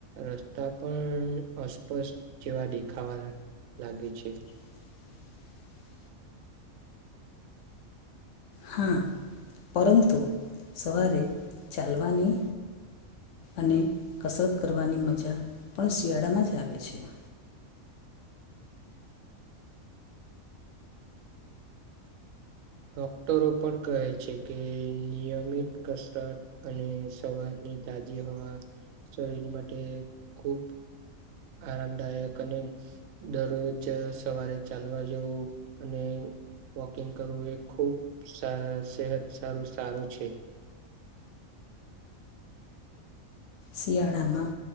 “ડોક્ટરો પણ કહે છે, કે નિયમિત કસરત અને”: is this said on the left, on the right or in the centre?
Right